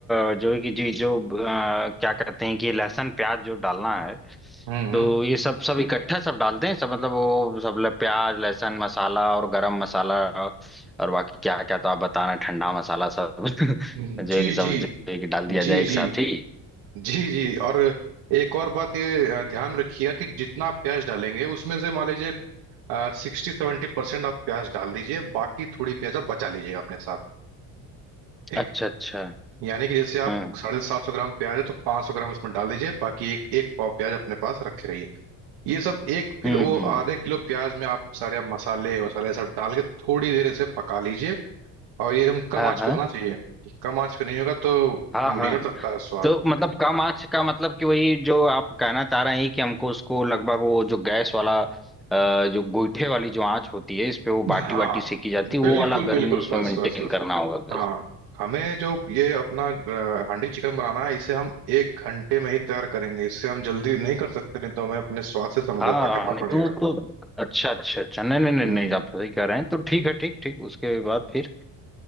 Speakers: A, in the centre; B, on the right.
A: अ, जो है कि जी जो अ, क्या कहते हैं कि ये लहसुन प्याज जो डालना है
B: हम्म हम्म
A: तो ये सब सब इकट्ठा सब डालते हैं सब मतलब वो सब ल- प्याज लहसुन मसाला और गरम मसाला और बाकी क्या क्या तो आप बता रहे हैं, ठंडा मसाला सब <laughs>
B: जी
A: जो है कि
B: जी
A: सब जो है कि डाल दिया
B: जी जी
A: जाए एक साथ ही
B: जी जी और एक और बात ये अ, ध्यान में रखिएगा कि जितना आप प्याज डालेंगे उसमें से मान लीजिए सिक्सटी सेवेंटी परसेंट आप प्याज डाल दीजिए बाकी थोड़ी प्याज आप बचा लीजिएगा अपने साथ एक
A: अच्छा अच्छा
B: यानी कि जैसे आप
A: हम्म
B: साढ़े सात सौ ग्राम प्याज है तो 500 ग्राम उसमें डाल दीजिए बाकी एक एक पाव प्याज अपने पास रखे रहिए ये सब एक फिर
A: हम्म
B: वो
A: हम्म
B: आधे किलो प्याज में आप सारे आप मसाले वसाले सब डाल के थोड़ी देर इसे पका लीजिए और ये एकदम कम
A: हाँ
B: आंच
A: हाँ
B: पे होना चाहिए कम आंच पे नहीं होगा तो
A: हाँ हाँ
B: बिगड़ सकता है स्वाद
A: तो मतलब कम आंच का मतलब कि वही जो आप कहना चाह रहे हैं कि हमको उसको लगभग वो जो गैस वाला अ, जो गोईठे वाली जो आंच होती है इस पे वो बाटी
B: हाँ
A: वाटी सेकी जाती
B: बिल्कुल
A: है वो वाला
B: बिल्कुल
A: गर्मी उसमें
B: बस
A: मेंटेन
B: बस बस
A: करना होगा
B: हाँ
A: गैस पे
B: हमें जो ये अपना अ, हांडी चिकन बनाना है इसे हम एक घंटे में ही तैयार करेंगे इससे हम जल्दी नहीं कर सकते नहीं तो हमें अपने स्वाद से समझौता
A: हाँ
B: करना
A: नहीं
B: पड़ेगा
A: तो तो अच्छा अच्छा अच्छा नहीं नहीं नहीं
B: हम्म
A: नहीं आप सही कह रहे हैं तो ठीक है ठीक ठीक उसके बाद फिर